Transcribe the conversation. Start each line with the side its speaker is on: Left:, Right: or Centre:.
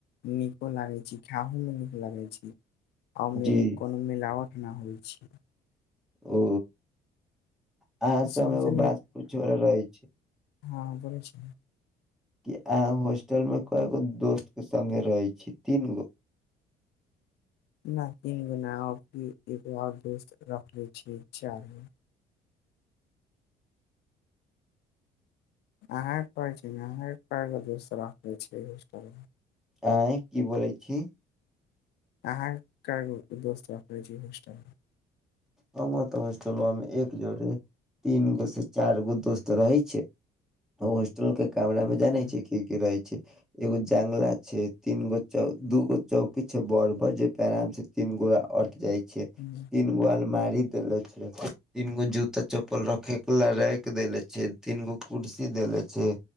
Left: नीको लागै छी खैहो मे नीक लागे छी। आ ओमे
Centre: जी
Left: एक कोनो मिलावट न होए छी।
Centre: ओ अहाँ
Left: आ
Centre: सब
Left: सबसे
Centre: एगो बात पूछलो रहे छी।
Left: हाँ बौलै छिय।
Centre: कि अहा होस्टल में केएगो दोस्त के संगे रहै छी तीन गो।
Left: नहि तीन गो नऽ अभी एगो और दोस्त रखले छीयै चार गो। अहा कहै छी न हर तरह के दोस्त सब आबे छैय होस्टल में।
Centre: आँय की बोलै छी।
Left: अहा कैगो दोस्त रखले छियै होस्टल में।
Centre: हमर तऽ होस्टलवा में एक जोड़ी तीन गो से चार गो दोस्त रहे छै। आ होस्टल के कामरा मे
Left: में
Centre: जानै छी की-की रहै छैय। एगो जांगला छैय, तीन गो चौ, दूगो चौकी छैय बर-बर जे पर आराम से तीन गोरा अट जाय छैय।
Left: <unintelligible>
Centre: तीन गो अलमारी देले छैय। तीन गो जूता-चप्पल रखे केल रैक देले छैय, तीन गो कुर्सी देले छैय।